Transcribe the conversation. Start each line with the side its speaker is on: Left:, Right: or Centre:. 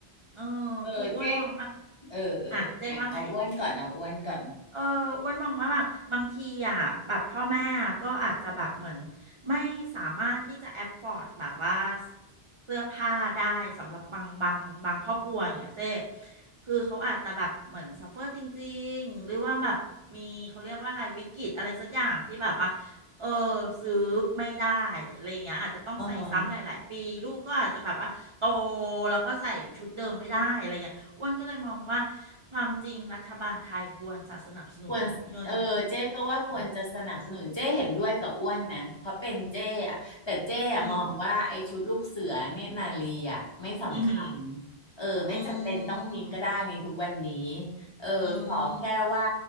Right: เออ
Left: เออเจ๊ก
Right: คืออ้วนมองว่า
Left: เออเอออ่ะเอาอ้วนก่อนเอาอ้วนก่อน
Right: อ่ะเจ๊ว่าไง เอออ้วนมองว่าแบบบางทีอ่ะแบบพ่อแม่ก็อาจจะแบบเหมือนไม่สามารถที่จะแอ f o อ d ดแบบว่าเสื้อผ้าได้สำหรับบางบางบางครอบครัวอย่างเงี้ยเจ๊คือเขาอาจจะแบบเหมือน suffer จริงๆหรือว่าแบบมีเขาเรียกว่าอะไรวิกฤตอะไรสักอย่างที่แบบว่าเออซื้อไม่ได้อะไรอย่างเงี้ยอาจจะต้องใส่ซ้ำหลายๆปีลูกก็อาจจะแบบว่าโต
Left: อ่าฮะ
Right: แล้วก็ใส่ชุดเดิมไม่ได้อะไรอย่างเงี้ย อ้วนก็เลยมองว่าความจริงรัฐบาลไทยควรจะสนับสนุนเงิน
Left: ควรเออเจ๊ก็ว่าควรจะสนับสนุนเจ๊เห็นด้วยกับอ้วนนะเพราะเป็นเจ๊อะแต่เจ๊อะมองว่าไอ้ชุดลูกเสือเนี่ยนาลีอะไม่สำคัญ
Right: อืม อืม อืม
Left: เออไม่จำเป็นต้องมีก็ได้ในทุกวันนี้
Right: อืม
Left: เออขอแค่ว่า
Right: อืม